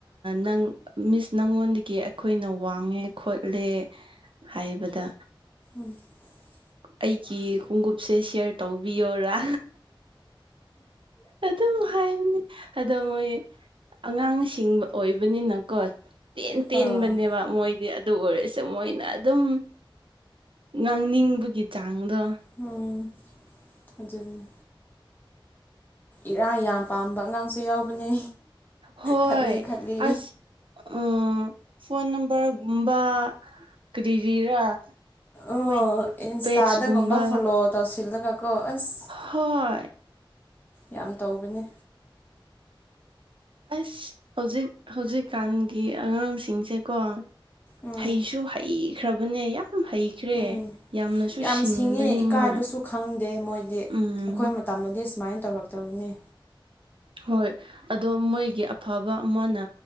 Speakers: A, on the right; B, on the left.
A: ꯅꯪ ꯃꯤꯁ ꯅꯪꯉꯣꯟꯗꯒꯤ ꯑꯩꯈꯣꯏꯅ ꯋꯥꯡꯉꯦ ꯈꯣꯠꯂꯦ ꯍꯥꯏꯕꯗ
B: <inaudible>
A: ꯑꯩꯒꯤ ꯈꯣꯡꯎꯞꯁꯦ ꯁꯤꯌꯔ ꯇꯧꯕꯤꯌꯣꯔꯥ ꯑꯗꯨꯝ ꯍꯥꯏꯕꯅꯦ ꯑꯗꯣ ꯃꯣꯏ ꯑꯉꯥꯡꯁꯤꯡꯕ ꯑꯣꯏꯕꯅꯤꯅꯀꯣ ꯇꯦꯟ ꯇꯦꯟ
B: ꯑꯥ
A: ꯕꯅꯦꯕ ꯃꯣꯏ ꯑꯗꯨ ꯑꯣꯏꯔꯁꯦ ꯃꯣꯏꯅ ꯑꯗꯨꯝ ꯉꯥꯡꯅꯤꯡꯕꯒꯤ ꯆꯥꯡꯗꯣ
B: ꯎꯝ ꯑꯗꯨꯅꯤ ꯏꯔꯥꯡ ꯌꯥꯝ ꯄꯥꯝꯕ ꯑꯉꯥꯡꯁꯨ ꯌꯥꯎꯕꯅꯦ
A: ꯍꯣꯏ
B: ꯈꯠꯂꯤ ꯈꯠꯂꯤ
A: ꯑꯁ ꯑꯥ ꯐꯣꯟ ꯅꯝꯕꯔꯒꯨꯝꯕ ꯀꯔꯤ ꯔꯤꯔꯥ ꯑꯈꯣꯏꯒꯤ
B: ꯑꯣ ꯏꯟꯁꯇꯥꯗꯒꯨꯝꯕ
A: ꯕꯦꯠꯁ ꯒꯨꯝꯕ
B: ꯐꯣꯂꯣ ꯇꯧꯁꯤꯜꯂꯒꯀꯣ ꯑꯁ
A: ꯍꯣꯏ
B: ꯌꯥꯝ ꯇꯧꯕꯅꯤ
A: ꯑꯁ ꯍꯧꯖꯤꯛ ꯍꯧꯖꯤꯛꯀꯥꯟꯒꯤ ꯑꯉꯥꯡꯁꯤꯡꯁꯦꯀꯣ
B: ꯎꯝ
A: ꯍꯩꯁꯨ ꯍꯩꯈ꯭ꯔꯕꯅꯦ ꯍꯩꯈ꯭ꯔꯦ
B: ꯎꯝ
A: ꯌꯥꯝꯅꯁꯨ
B: ꯌꯥꯝ
A: ꯁꯤꯡꯕꯅꯦ
B: ꯁꯤꯡꯉꯦ ꯏꯀꯥꯏꯕꯁꯨ
A: ꯃꯣꯏ
B: ꯈꯪꯗꯦ ꯃꯣꯏꯗꯤ
A: ꯎꯝ
B: ꯑꯈꯣꯏ ꯃꯇꯝꯗꯗꯤ ꯁꯨꯃꯥꯏꯅ ꯇꯧꯔꯛꯇꯕꯅꯤ
A: ꯍꯣꯏ ꯑꯗꯣ ꯃꯣꯏꯒꯤ ꯑꯐꯕ ꯑꯃꯅ